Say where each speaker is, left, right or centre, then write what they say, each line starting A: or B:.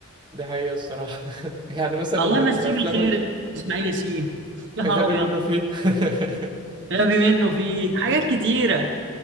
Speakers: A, on the right; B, on the right.
A: دي حقيقة الصراحة <laughs> يعني مثلا
B: الله
A: من
B: يمسيه
A: الافلام
B: بالخير اسماعيل ياسين يا نهار
A: الغبي
B: ابيض
A: منه فيه <laughs>
B: غبي منه فيه حاجات كتيرة